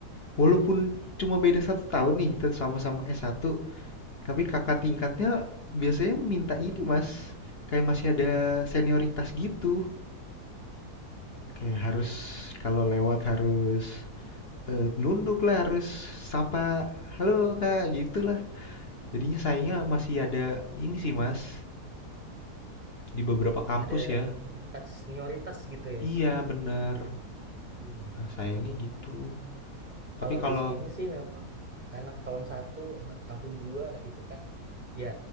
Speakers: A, on the left; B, on the right.
A: walaupun cuma beda satu tahun nih tet- sama-sama S1, tapi kakak tingkatnya biasanya minta ini Mas, kayak masih ada senioritas gitu. Kayak harus kalau lewat harus eh, nunduk lah, harus sapa, halo Kak, gitu lah. Jadinya sayangnya masih ada ini sih Mas, di beberapa kampus
B: Ada
A: ya.
B: tingkat senioritas gitu ya.
A: Iya bener.
B: Iya,
A: Nah
B: iya.
A: sayangnya gitu.
B: Kalau
A: Tapi kalau
B: di sini sih memang anak tahun satu, anak tahun dua gitu kan. Ya,